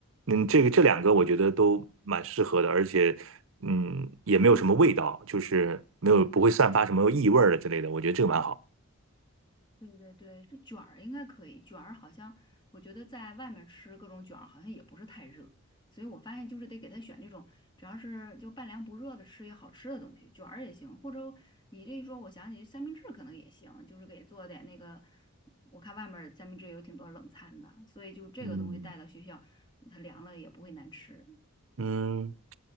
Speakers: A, on the right; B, on the left.
A: 嗯，这个这两个我觉得都蛮适合的，而且嗯也没有什么味道，就是没有不会散发什么异味儿的之类的，我觉得这个蛮好。
B: 对对对，这卷儿应该可以，卷儿好像我觉得在外面吃各种卷儿好像也不是太热，所以我发现就是得给他选这种只要是就半凉不热的吃也好吃的东西，卷儿也行，或者你这一说，我想起三明治可能也行，就是给做点那个，我看外面儿三明治有挺多冷餐的，所以就这个东西带到学校，
A: 嗯，
B: 它凉了也不会难吃。
A: 嗯，